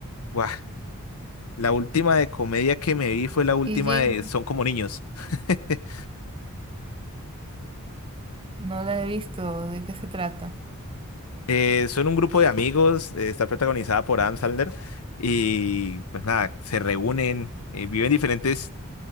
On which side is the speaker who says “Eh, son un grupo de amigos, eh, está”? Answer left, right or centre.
Left